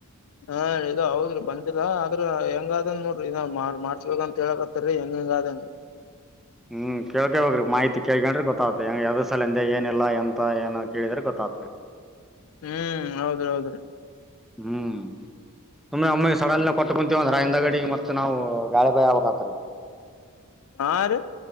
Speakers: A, on the left (about 70°); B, in the centre.
A: ಹಾ ಇದು ಹೌದ್ರಿ ಬಂದಿಲ್ಲ ಆದ್ರ ಹೆಂಗಾದನ್ ನೋಡ. ಇದ ಮಾಡ ಮಾಡ್ಸ್ಬೇಕ ಅಂತ ಹೇಳಕತ್ತಾರೀ ಹೆಂಗ ಹೆಂಗ ಆಧೆನ್ರಿ.
B: ಹ್ಮ್ ಕೇಳ್ಕ ಬೇಕ್ರಿ ಮಾಹಿತಿ ಕೇಳ್ಗೊಂಡ್ರಿ ಗೊತ್ತ. ಗೊತ್ತ ಯದ ಸಲ ಎನ್ದೆ ಏನಿಲ್ಲ ಎಂತ ಏನ ಕೇಳಿದ್ರೆ ಗೊತ್ತಾಗತ್ರಿ
A: ಹ್ಮ್ ಹೌದ್ ಹೌದ್ರ.
B: ಹ್ಮ್. ಸುಮ್ಮ್ನೆ ಒಮ್ಮಿಗೆ ಸಡಲ್ನ ಕೊಟ್ಟ ಕುಂತೀವಂದ್ರ ಹಿಂದ ಗಡಿಗೆ ಮತ್ತೆ ನಾವು ಗಾಳಿ ಬಾಯಿ ಆಗಬೇಕತ್ರೀ.
A: ಹಾರಿ.